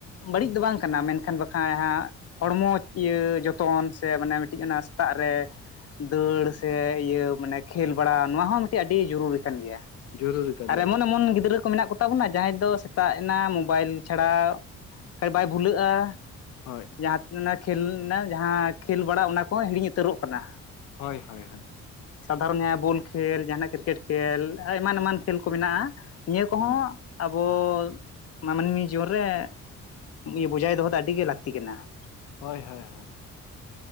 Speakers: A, on the left; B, on the left.
A: ᱵᱟᱹᱲᱤᱡ ᱫᱚ ᱵᱟᱝ ᱠᱟᱱᱟ ᱢᱮᱱᱠᱷᱟᱱ ᱵᱠᱷᱟᱡ ᱦᱟᱸᱜᱼᱼ ᱦᱚᱲᱢᱚ ᱤᱭᱟᱹ ᱡᱚᱛᱚᱱ ᱥᱮ ᱢᱟᱱᱮ ᱢᱤᱴᱤᱡ ᱚᱱᱟ ᱥᱮᱛᱟᱜ ᱨᱮᱼᱼ ᱫᱟᱹᱲ ᱥᱮ ᱤᱭᱟᱹ ᱢᱟᱱᱮ ᱠᱷᱮᱞ ᱵᱟᱲᱟ ᱱᱚᱣᱟ ᱦᱚᱸ ᱢᱤᱴᱤᱡ ᱟᱹᱰᱤ ᱡᱚᱨᱩᱨᱤ ᱠᱟᱱ ᱜᱨᱭᱟ
B: ᱡᱚᱨᱩᱨᱤ
A: ᱾
B: ᱠᱟᱱ
A: ᱟᱨ
B: ᱜᱮᱭᱟ
A: ᱮᱢᱚᱱ
B: ᱦᱳᱭ
A: ᱮᱢᱚᱱ ᱜᱤᱫᱽᱨᱟᱹ ᱠᱚ ᱢᱮᱱᱟᱜ ᱠᱚ ᱛᱟᱵᱚᱱᱟ ᱡᱟᱦᱟᱸᱭ ᱫᱚ ᱥᱮᱛᱟᱜ ᱮᱱᱟ ᱢᱳᱵᱟᱭᱤᱞ ᱪᱷᱟᱲᱟ ᱵᱟᱭ ᱵᱷᱩᱞᱟᱹᱜᱼᱟ ᱾
B: ᱦᱳᱭ
A: ᱡᱟᱦᱟᱸ ᱛᱤᱱᱟᱜ ᱠᱷᱮᱞ ᱱᱟ ᱡᱟᱦᱟᱸ ᱠᱷᱮᱞ ᱵᱟᱲᱟ ᱚᱱᱟ ᱠᱚᱦᱚᱸ ᱦᱤᱲᱤᱧ ᱩᱛᱟᱹᱨᱚᱜ ᱠᱟᱱᱟ᱾
B: ᱦᱳᱭ ᱦᱳᱭ ᱦᱳᱭ
A: ᱥᱟᱫᱷᱟᱨᱚᱱ ᱡᱟᱦᱟᱸ ᱵᱚᱞ ᱠᱷᱮᱞ ᱡᱟᱦᱟᱱᱟᱜ ᱠᱨᱤᱠᱮᱴ ᱠᱷᱮᱹᱞ ᱮᱢᱟᱱ ᱮᱢᱟᱱ ᱠᱷᱮᱞ ᱠᱚ ᱢᱮᱱᱟᱜᱼᱟ ᱱᱤᱭᱟᱹ ᱠᱚᱦᱚᱸ
B: ᱦᱳᱭ
A: ᱟᱵᱚ ᱢᱟᱹᱱᱢᱤ ᱡᱤᱭᱚᱱ ᱨᱮᱼᱼ ᱤᱭᱟᱹ ᱵᱚᱡᱟᱭ ᱫᱚᱦᱚ ᱫᱚ ᱟᱹᱰᱤ ᱜᱮ ᱞᱟᱹᱠᱛᱤ ᱠᱟᱱᱟ ᱾
B: ᱦᱳᱭ ᱦᱳᱭ ᱦᱳᱭ